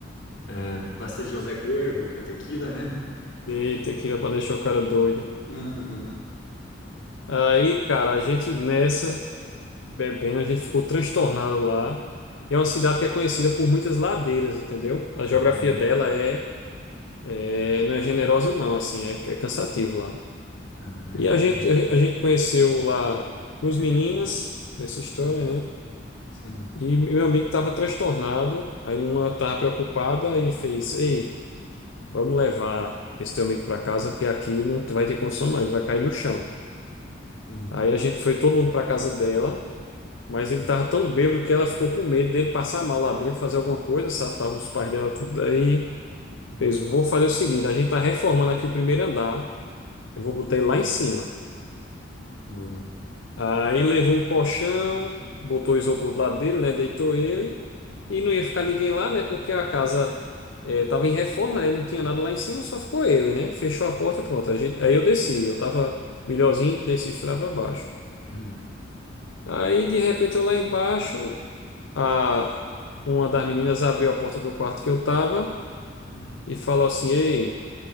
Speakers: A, on the left; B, on the left.
A: ah, bastante José Corvo, que é tequila, né?
B: e tequila pra deixar o cara doido.
A: Aham.
B: Aí, cara, a gente nessa bebendo, a gente ficou transtornado lá. E é uma cidade que é conhecida por muitas ladeiras, entendeu? A
A: Ah,
B: geografia dela é, é- não é generosa, não, assim, é, é cansativo lá.
A: ah, imagino.
B: E a gente, a, a gente conheceu lá duas meninas nessa história,
A: Hum,
B: né?
A: sim,
B: E meu amigo tava transtornado, aí uma tava preocupada e fez, ei. Vamos levar esse teu amigo para casa, porque aqui não vai ter condição, não. Ele vai cair no chão.
A: sim,
B: Aí a gente foi todo mundo para casa dela, mas
A: sim.
B: ele tava tão bêbado que ela ficou com medo dele passar mal lá dentro, fazer alguma coisa, sabe? Tava os pais dela tudo aí.
A: Hum,
B: Fez, vou fazer o seguinte: a gente tá reformando aqui o primeiro andar.
A: hum.
B: Eu vou botar ele lá em cima.
A: Boa.
B: Aí levou um colchão, botou o isopor do lado dele, né? Deitou ele. E não ia ficar ninguém lá, né? Porque a casa eh, tava em reforma, né? Não tinha nada lá em cima, só ficou ele, né? Fechou a porta, pronto. A gente, aí eu desci, eu tava melhorzinho, desci e fui lá pra baixo.
A: Hum,
B: Aí de repente eu lá embaixo, a, uma das meninas abriu a porta do quarto que eu tava
A: hum.
B: e falou assim: Ei,